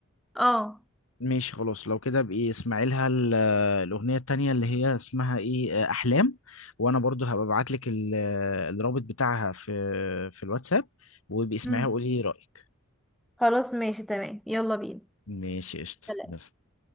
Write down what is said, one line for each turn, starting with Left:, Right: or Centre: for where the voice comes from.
Centre: اه
Left: ماشي خلاص لو كده بقى اسمعي لها ال- الاغنية التانية اللي هي اسمها ايه آه، احلام وانا برضو هبقى ابعت لك ال- الرابط بتاعها في في الواتساب وابقي اسمعيها
Centre: مم.
Left: وقولي ايه رأيك
Centre: خلاص ماشي تمام يلا بينا
Left: ماشي قشطة
Centre: سلام.
Left: يلا.